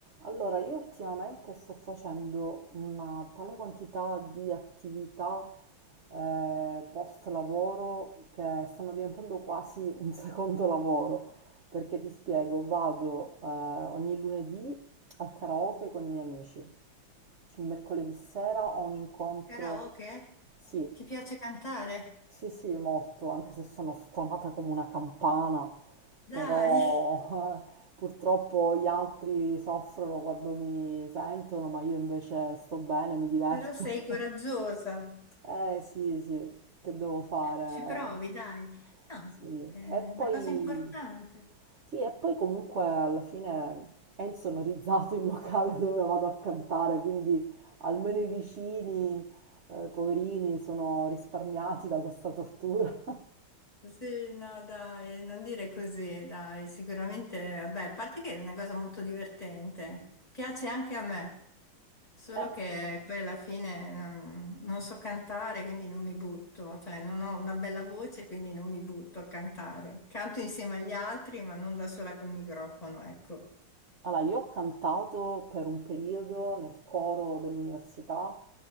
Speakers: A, on the right; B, on the left.
A: Allora, io ultimamente sto facendo una tale quantità di attività eh, post lavoro che stanno diventando quasi un secondo lavoro, perché ti spiego, vado eh, ogni lunedì al karaoke con i miei amici, il mercoledì sera ho un incontro,
B: Karaoke?
A: sì,
B: Ti piace cantare?
A: sì, sì, molto, anche se sono stonata come una campana,
B: Dai,
A: però <laughs> eh, purtroppo gli altri soffrono quando mi sentono, ma io invece sto bene, mi diverto.
B: <laughs> però sei coraggiosa.
A: <laughs> Eh sì, sì, che devo fare?
B: Ci provi, dai. No,
A: Sì.
B: è una
A: E poi,
B: cosa importante.
A: sì, e poi comunque alla fine è insonorizzato il locale <laughs> dove vado a cantare, quindi almeno i vicini, eh, poverini, sono risparmiati da questa tortura.
B: Sì, no, dai, non dire così, dai. Sicuramente, vabbè, a parte che è una cosa molto divertente. Piace anche a me. Solo
A: <laughs>
B: che poi alla fine non, non so cantare, quindi non mi butto. Cioè, non ho una bella voce, quindi non mi butto a cantare. Canto insieme agli altri, ma non da sola col microfono, ecco.
A: Allora, io ho cantato per un periodo nel coro dell'università